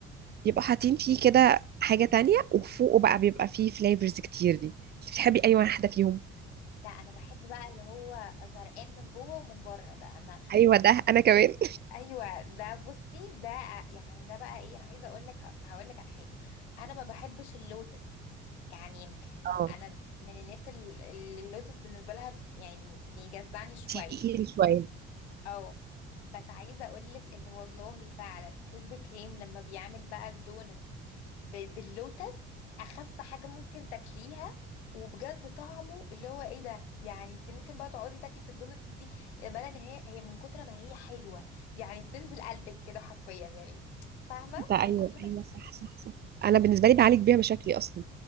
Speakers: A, on the right; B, on the left.
A: بيبقوا حاطين فيه كده حاجه تانية وفوقه بقى بيبقى فيه فليفرز كتير دي انت بتحبي اي واحده فيهم
B: لا انا بحب بقى اللي هو غرقان من جوه ومن بره ده انا
A: ايوه
B: <laughs>
A: ده انا كمان
B: ايوه ده بصي ده يعني ده بقى ايه انا عايزه اقول لك هقول لك على حاجه انا ما بحبش اللوتس يعني
A: اه
B: انا من الناس ال- اللي اللوتس بالنسبه لها يعني بيجزعني شويه
A: تقيل شويه
B: اه بس عايزه اقولك ان والله فعلا كريسبي كريم لما بيعمل بقى الدونتس ب- باللوتس اخف حاجه ممكن تاكليها وبجد طعمه اللي هو ايه ده يعني انت ممكن بقى تقعدي تاكلي في الدونتس دي امالا ان هي هي من كتر ما هي حلوه يعني بتنزل قلبك كده حرفيا يعني فاهمه
A: ده
B: من
A: ايوه
B: كتر ما
A: ايوه
B: هي
A: صح صح صح انا بالنسبه لي بعالج بيها مشاكلي اصلا